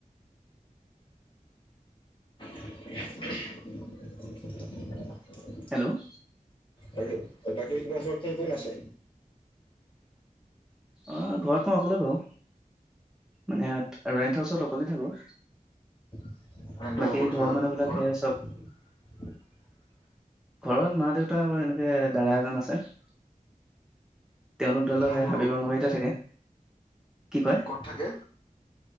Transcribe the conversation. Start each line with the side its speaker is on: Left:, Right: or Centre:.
Left: <unintelligible>
Centre: হেল্ল'
Left: তাকে বাকী তোমাৰ ওচৰত কোন কোন আছে
Centre: অ ঘৰত মই অকলে বাৰু মানে ইয়াত ৰেণ্ট হাউচত অকলে থাকো।
Left: <unintelligible>
Centre: বাকী ঘৰৰ
Left: চ
Centre: মানুহ বিলাক সে চব
Left: ঘৰত
Centre: ঘৰত মা দেউতা আৰু এনেকে দাদা এজন আছে । তেওঁলোক ধৰি লও
Left: কিমান
Centre: সেই
Left: সৰু
Centre: হাবিৰ ৰঙাবাৰীতে থাকে কি কয়
Left: ক'ত থাকে